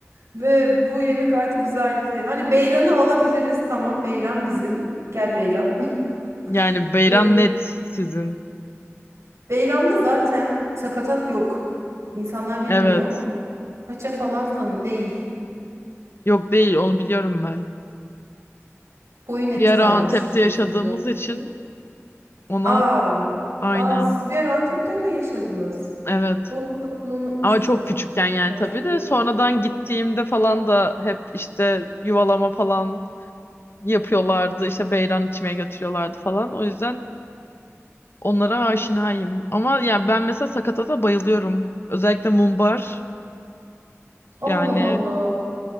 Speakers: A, on the right (about 70°); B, on the left (about 50°).
A: Ve bu yemek artık bize ait değil. Hani beyranı alabiliriz. Tamam, beyran bizim. Gel beyran.
B: Yani
A: <laughs>
B: Beyran
A: Ve
B: net sizin.
A: beyranda zaten sakatat yok. İnsanlar bilmiyor.
B: Evet.
A: Paça falan sanı değil.
B: Yok değil onu biliyorum ben.
A: Boyun eti
B: Bir ara
A: varmış
B: Antep'te
A: içerisinde.
B: yaşadığımız için ona
A: Aa.
B: aynen.
A: Aa siz bir yer Antep'te mi yaşadınız?
B: Evet.
A: Doğru bak bunu unutmuştum
B: Ama çok
A: hatırladım
B: küçükken yani
A: sen
B: tabii
A: söyleyince.
B: de sonradan gittiğimde falan da hep işte yuvalama falan yapıyorlardı. İşte beyran içmeye götürüyorlardı falan. O yüzden onlara aşinayım. Ama yani ben mesela sakatata bayılıyorum. Özellikle mumbar.
A: Allah
B: Yani
A: Allah.